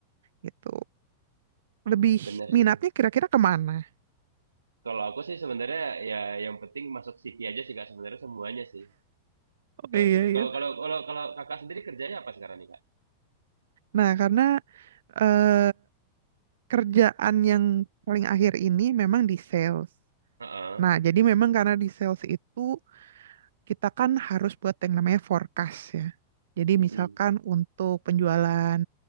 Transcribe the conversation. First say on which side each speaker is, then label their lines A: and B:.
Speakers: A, on the right; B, on the right.
A: gitu lebih
B: Bener
A: minatnya
B: sih.
A: kira-kira kemana
B: Kalau aku sih sebenarnya ya yang penting masuk CV aja sih kak sebenarnya semuanya sih
A: oh
B: kayak
A: iya
B: gitu.
A: iya
B: Kalau kalau kalau kalau kakak sendiri kerjanya apa sekarang nih kak?
A: nah karena eh, kerjaan yang paling akhir ini memang di sales
B: Heeh.
A: Nah, jadi memang karena di sales itu kita kan harus buat yang namanya forecast ya. Jadi
B: Hmm,
A: misalkan untuk penjualan